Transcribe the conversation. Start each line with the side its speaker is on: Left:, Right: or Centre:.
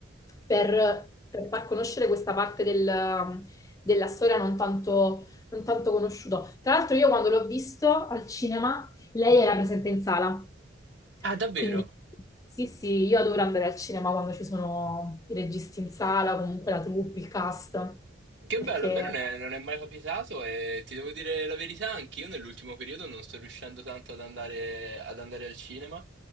Left: per, per far conoscere questa parte del- della storia non tanto, non tanto conosciuta. Tra l'altro io quando l'ho visto al cinema, lei era presente in sala.
Right: Ah, davvero?
Left: Quindi sì, sì, io adoro andare al cinema quando ci sono i registi in sala, comunque la troupe, il cast,
Right: Che
Left: perché
Right: bello, a me non è, non è mai capitato e ti devo dire la verità, anch'io nell'ultimo periodo non sto riuscendo tanto ad andare, ad andare al cinema